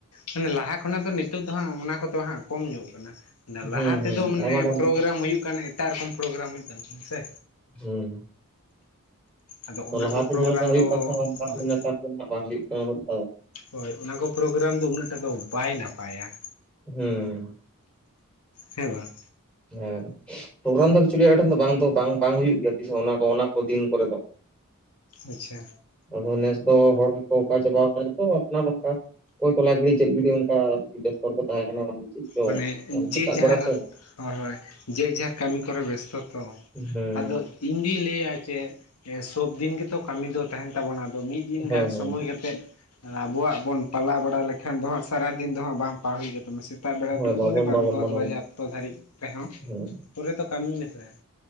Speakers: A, on the left (about 85°); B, in the centre.
A: ᱢᱟᱱᱮ ᱞᱟᱦᱟ ᱠᱷᱚᱱᱟᱜ ᱫᱚ ᱱᱤᱛᱚᱜ ᱫᱚ ᱦᱟᱸᱜ ᱚᱱᱟ ᱠᱚᱫᱚ ᱦᱟᱸᱜ ᱠᱚᱢ ᱧᱚᱜ ᱠᱟᱱᱟ᱾
B: ᱦᱩᱸ
A: ᱞᱟᱦᱟ
B: ᱦᱩᱸ
A: ᱛᱮᱫᱚ ᱢᱟᱱᱮ
B: ᱟᱭᱢᱟ ᱰᱷᱮᱨ
A: ᱯᱨᱳᱜᱨᱟᱢ ᱦᱩᱭᱩᱜ ᱠᱟᱱ ᱮᱴᱟᱜ ᱨᱮᱠᱚᱢ ᱯᱨᱳᱜᱨᱟᱢ ᱦᱩᱭᱩᱜ ᱠᱟᱱᱟ ᱦᱮᱸᱥᱮ,
B: ᱦᱩᱸ,
A: ᱟᱫᱚ
B: ᱛᱚ
A: ᱚᱱᱟ
B: ᱞᱟᱦᱟᱛᱮ
A: ᱠᱚ ᱯᱨᱳᱜᱨᱟᱢ
B: ᱡᱟᱦᱟᱸᱞᱮᱠᱟ ᱦᱩᱭᱩᱜ
A: ᱫᱚ
B: ᱠᱟᱱ ᱛᱟᱦᱮᱸ ᱚᱱᱠᱟ
A: ᱦᱳᱭ
B: ᱫᱚ ᱱᱮᱛᱟᱨ ᱫᱚᱦᱟᱸᱜ ᱵᱟᱝ ᱦᱩᱭᱩᱜ ᱠᱟᱱᱟ ᱩᱱᱟᱹᱜ ᱴᱟ,
A: ᱦᱳᱭ ᱚᱱᱟᱠᱚ ᱯᱨᱳᱜᱨᱟᱢ ᱫᱚ ᱩᱱᱟᱹᱜ ᱴᱟ ᱫᱚ ᱵᱟᱭ ᱱᱟᱯᱟᱭᱟ᱾
B: ᱦᱩᱸ,
A: ᱦᱮᱸ ᱵᱟᱝ,
B: ᱦᱮᱸ, ᱯᱨᱳᱜᱨᱟᱢ ᱫᱚ ᱪᱤᱞᱤ ᱟᱴᱷᱮᱱ ᱫᱚ ᱵᱟᱝ ᱫᱚ ᱵᱟᱝ ᱵᱟᱝ ᱦᱩᱭᱩᱜ ᱜᱮᱭᱟ ᱚᱱᱟ ᱠᱚ ᱚᱱᱟ ᱠᱚ ᱫᱤᱱ ᱠᱚᱨᱮ ᱫᱚ᱾
A: ᱟᱪᱪᱷᱟ,
B: ᱟᱫᱚ ᱱᱮᱥ ᱫᱚ ᱦᱚᱲ ᱜᱮᱠᱚ ᱚᱠᱟ ᱪᱟᱵᱟᱣ ᱟᱠᱟᱱ ᱛᱚ ᱟᱯᱱᱟᱨ ᱱᱚᱝᱠᱟ, ᱚᱠᱚᱭ ᱛᱚᱞᱟ ᱜᱤᱲᱤ ᱪᱮᱫ <unintelligible> ᱚᱱᱠᱟ ᱵᱮᱥᱛᱚᱨᱮ ᱠᱚ ᱛᱟᱦᱮᱸ ᱠᱟᱱᱟ᱾ ᱪᱮᱫ ᱪᱚ
A: ᱢᱟᱹᱱᱮ
B: ᱥᱮᱛᱟᱜ
A: ᱡᱮ ᱡᱷᱟᱨ,
B: ᱵᱮᱲᱟ ᱛᱚ
A: ᱦᱳᱭ ᱦᱳᱭ ᱡᱮ ᱡᱟᱨ ᱠᱟᱹᱢᱤ ᱠᱚᱨᱮ ᱵᱮᱥᱛᱚ ᱛᱚ
B: ᱦᱮᱸ ᱦᱮᱸ
A: ᱟᱫᱚ, ᱤᱧ ᱫᱩᱧ ᱞᱟᱹᱭᱟ ᱪᱮ ᱥᱚᱵ ᱫᱤᱱ ᱜᱮᱛᱚ ᱠᱟᱹᱢᱤ ᱫᱚ ᱛᱟᱦᱮᱱ, ᱛᱟᱵᱚᱱᱟ ᱟᱫᱚ ᱢᱤᱫ ᱫᱤᱱ
B: ᱦᱮᱸ
A: ᱜᱟᱱ ᱥᱚᱢᱚᱭ ᱠᱟᱛᱮᱜ ᱟᱵᱚᱣᱟᱜ ᱵᱚᱱ ᱯᱟᱞᱟᱣ ᱵᱟᱲᱟ ᱞᱮᱠᱷᱟᱱ ᱫᱚ ᱦᱟᱸᱜ ᱥᱟᱨᱟᱫᱤᱱ ᱫᱚ ᱦᱟᱸᱜ ᱵᱟᱝ ᱯᱟ ᱦᱩᱭᱩᱜ ᱜᱮ ᱛᱟᱵᱚᱱᱟ ᱥᱮ, ᱥᱮᱛᱟᱜ ᱵᱮᱲᱟ
B: ᱦᱳᱭ
A: ᱴᱩᱠᱩ
B: ᱵᱟᱵᱚᱱ
A: ᱦᱮᱸ ᱵᱟᱝ
B: ᱵᱟᱵᱚᱱ
A: ᱫᱚᱥ
B: ᱢᱟᱱᱟᱣᱟ
A: ᱵᱟᱡᱮ ᱚᱠᱛᱚ ᱫᱷᱟᱹᱨᱤᱜ ᱛᱮᱦᱚᱸ
B: ᱦᱮᱸ
A: ᱯᱩᱨᱟᱹ ᱫᱚ ᱠᱟᱹᱢᱤ ᱢᱮᱥᱮ᱾